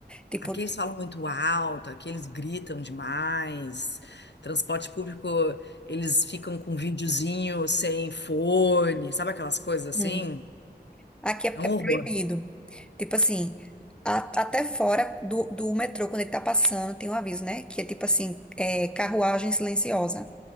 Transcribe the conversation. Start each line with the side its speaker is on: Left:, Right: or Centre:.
Centre: Tipo,
Left: aqui eles falam muito alto, aqui eles gritam demais. Transporte público, eles ficam com videozinho sem fone, sabe aquelas coisas assim?
Centre: hum. Aqui é,
Left: É um
Centre: é proibido.
Left: horror.
Centre: Tipo assim, a- até fora do, do metrô, quando ele tá passando, tem um aviso, né? Que é tipo assim, é, carruagem silenciosa.